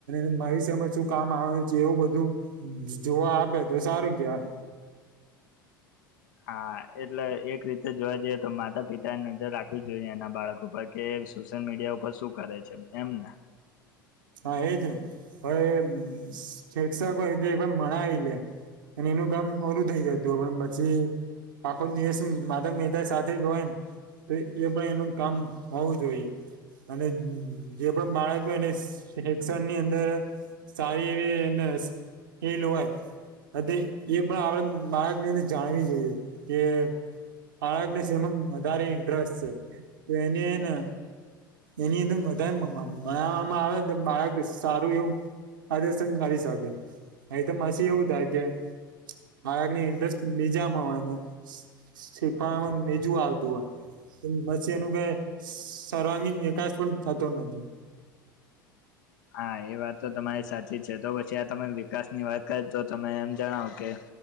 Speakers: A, on the right; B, on the left.
A: એ મારી સામે શું. કામ આવે છે એવું બધું જોવા આપે તો સારું કેવાય.
B: હા એટલે એક રીતે જોવા જઈએ તો માતા પિતા નજર રાખવી જ જોઈએ એના બાળકો. કપા કે સોશિયલ મીડિયા ઉપર શું કરે છે એમને.
A: હા એજ ને હવે શિક્ષકો એધ એક મણાવ લે. અને એનું કામ પુરુ થઇ જતું પણ પછી. પાખો દીવસ માતા પિતા સાથે જ હોય ને. તો એ પણ એનું કામ હોવું જોઈએ. અને જે પણ બાળકો હો એને શિષણ ની અંદર સારી એ એને સ્કિલ હોય એ એ પણ આપડ બાળકને એને જાણવી જોઈએ કે બાળકને સેમા વધારે ઇન્ટરેસ્ટ છે તો એને એની વધારે મ મ મનાવામાં આવે બાળક સારું એવું પ્રર્શન કરી શકે અહી તો મછી એવું થાય કે બાળકને ઇન્ટરેસ્ટ બીજામાં હોયને શીખવડા મા બીજું આવતું હોય મ એનું કઈ સર્વાંગીણ વિકાસ પણ થતો નથી
B: હા એ વાત તો તમારી સાચી છે તો પછી આ તમે વિકાસ ની વાત કરી તો તમે એમ જણાવો કે